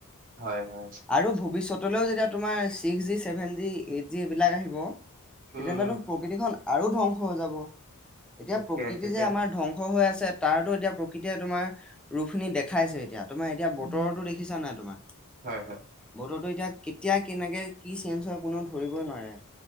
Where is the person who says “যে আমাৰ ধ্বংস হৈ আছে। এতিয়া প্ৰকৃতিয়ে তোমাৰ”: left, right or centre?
Centre